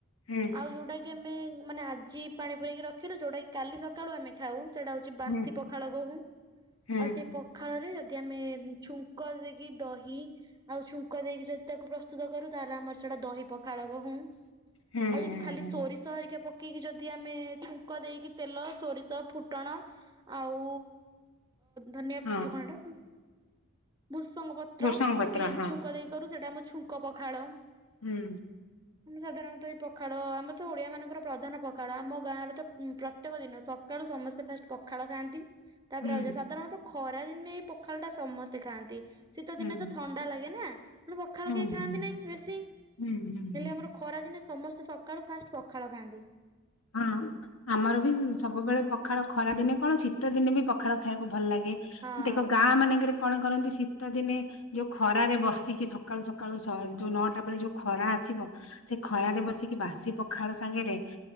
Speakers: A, on the left; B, on the right.
A: ହଁ।
B: ଆଉ ଯୋଉଟା କି ଆମେ ମାନେ ଆଜି ପାଣି ପୁରେଇକି ରଖିଲୁ ଯୋଉଟା କି କାଲି ସକାଳୁ ଆମେ ଖାଉ ସେଟା ହ ବାସି
A: ହୁଁ
B: ପଖାଳ କହୁ।
A: ହୁଁ
B: ଆଉ ସେ ଖାଳରେ ଯଦି ଆମେ ଛୁଙ୍କ ଦେଇକି ଦହି ଆଉ ଛୁଙ୍କ ଦେଇକି ଯଦି ତାକୁ ପ୍ରସ୍ତୁତ କରୁ ତାହେଲେ ଆମର ସେଇଟା ଦହି ପକ ଖାଳ କହୁ
A: ହୁଁ
B: ଆଉ ଯଦି
A: ହୁଁ
B: ଖାଲି
A: ହୁଁ
B: ସୋରିଷ ହରିକା ପକେଇକି ଯଦି ଆମେ ଛୁଙ୍କ ଦେଇକି ତେଲ ସୋରିଷ ଫୁଟଣ ଆଉ ଧନିଆ
A: ହଁ
B: ଯୋଗଣ ଟା ଭୁସଙ୍ଗ ପତ୍ର
A: ଭୃଷଙ୍ଗ ପତ୍ର
B: ପକେଇକି ଯଦି
A: ହଁ
B: ଛୁଙ୍କ ଦେଇ କରୁ ସେଇଟା ଆମ ଛୁଙ୍କ ପଖାଳ।
A: ହୁଁ।
B: ଆମେ ସାଧାରଣତଃ ଏଇ ପଖାଳ ଆମର ତ ଓଡିଆମାନଙ୍କର ପ୍ରଧାନ ପଖାଳ ଆମ ଗାଁରେ ତ ପ୍ରତ୍ୟେକ ଦିନ ସକାଳୁ ସମସ୍ତେ ଫାଷ୍ଟ ପଖାଳ ଖାଆନ୍ତି। ତାପରେ
A: ହୁଁ
B: ଆ ସାଧାରଣତଃ ଖରା ଦିନେ ଏଇ ପଖାଳଟା ସମସ୍ତେ ଖାଆନ୍ତି। ଶୀତ
A: ହୁଁ
B: ଦିନେ ତ ଥଣ୍ଡା ଲାଗେ ନା ପଖାଳ
A: ହୁଁ
B: କେହି ଖାଆନ୍ତି
A: ହୁଁ
B: ନାହିଁ ବେଶୀ
A: ହୁଁ ହୁଁ
B: ହେଲେ
A: ହୁଁ
B: ଆମର ଖରାଦିନେ ସମସ୍ତେ ସକାଳୁ ଫାଷ୍ଟ ପଖାଳ ଖାଆନ୍ତି।
A: ହଁ ଆମର ବି
B: ହଁ
A: ସବୁବେଳେ ପ ପଖାଳ ଖରା ଦିନେ କଣ ଶୀତ ଦିନେ ବି ପଖାଳ ଖାଇବାକୁ ଭଲ ଲାଗେ
B: ହଁ।
A: ଦେଖ ଗାଁ ମାନେଙ୍କେରେ କଣ କରନ୍ତି ଶୀତଦିନେ? ଯୋଉ ଖରାରେ ବସିକି ସକାଳୁ ସକାଳୁ ଯୋଉ ନଅଟା ବେଳେ ଯୋଉ ଖରା ଆସିବ ସେ ଖରାରେ ବସିକି ବାସି ପଖାଳ ସାଙ୍ଗରେ